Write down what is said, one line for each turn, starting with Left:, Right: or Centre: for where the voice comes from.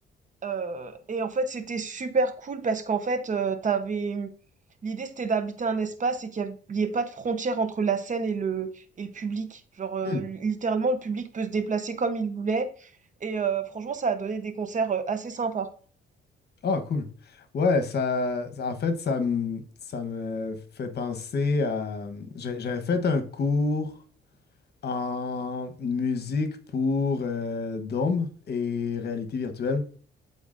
Right: Heu et en fait, c'était super cool parce qu'en fait, heu, tu l'idée, c'était d'habiter un espace et qu'il y av ait pas de frontière entre la scène et le et le public. Genre, heu,
Left: mhm.
Right: littéralement, le public peut se déplacer comme il voulait et heu, franchement, ça a donné des concerts, heu, assez sympas.
Left: Ah, cool. Ouais, ça, ça- en fait, ça me, ça me fait penser à... j'a- J'avais fait un cours en musique pour euh, Dôme et réalité virtuelle,